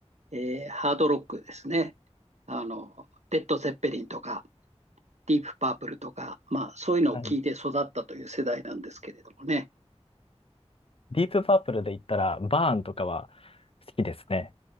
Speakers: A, on the right; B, on the left.
A: えーハードロックですね。あの、レッド・ゼッペリンとか、ディープパープルとか、まあ、そういうのを聞いて育ったという世代なんですけれどもね。
B: はい。ディープパープルで言ったら、バーンとかは好きですね。